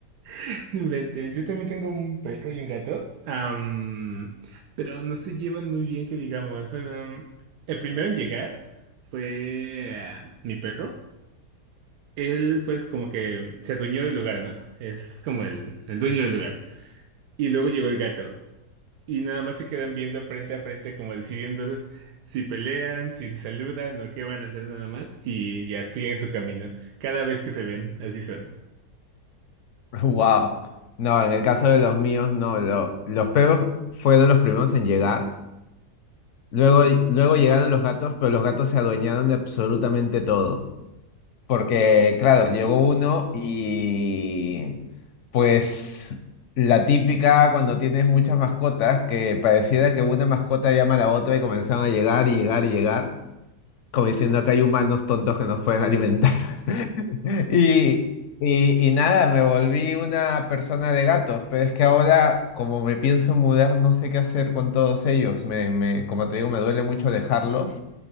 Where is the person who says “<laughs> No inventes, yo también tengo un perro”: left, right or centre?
Right